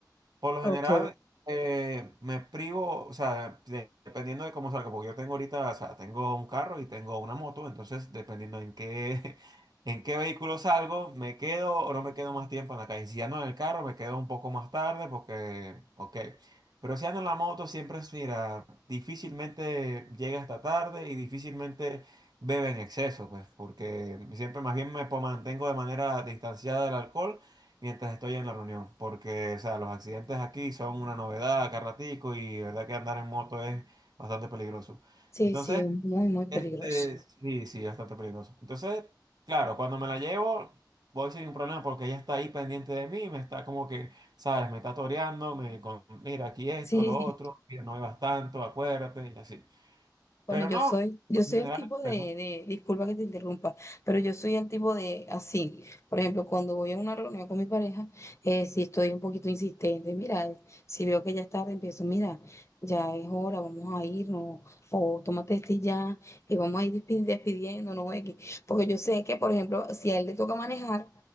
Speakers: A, on the right (about 60°); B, on the left (about 40°).
A: Por lo
B: Ok.
A: general, eh, me privo, o sea, de- dependiendo de cómo salga, porque yo tengo ahorita, o sea, tengo un carro y tengo una moto, entonces dependiendo en qué, <laughs> en qué vehículo salgo, me quedo o no me quedo más tiempo en la calle. Si ando en el carro, me quedo un poco más tarde porque, ok. Pero si ando en la moto, siempre es, mira, difícilmente llega hasta tarde y difícilmente bebe en exceso, pues, porque siempre más bien me po- mantengo de manera distanciada del alcohol mientras estoy en la reunión, porque, o sea, los accidentes aquí son una novedad acá ratico y de verdad que andar en moto es bastante peligroso.
B: Sí,
A: Entonces,
B: sí, es muy, muy peligroso.
A: este, sí, sí, bastante peligroso. Entonces, claro, cuando me la llevo, voy sin ningún problema porque ella está ahí pendiente de mí, me está como que, ¿sabes? Me está toreando, me con, mira, aquí esto,
B: Sí.
A: lo otro, mira, no bebas tanto, acuérdate, y así. Pero
B: Bueno, yo
A: no,
B: soy, yo soy
A: en general,
B: el tipo
A: pues,
B: de,
A: no hay problema.
B: de, disculpa que te interrumpa, pero yo soy el tipo de así. Por ejemplo, cuando voy a una reunión con mi pareja, eh, si estoy un poquito insistente, mira, si veo que ya es tarde, empiezo, mira, ya es hora, vamos a irnos, o tómate este ya, y vamos a ir despi- despidiéndonos, X. Porque yo sé que, por ejemplo, si a él le toca manejar,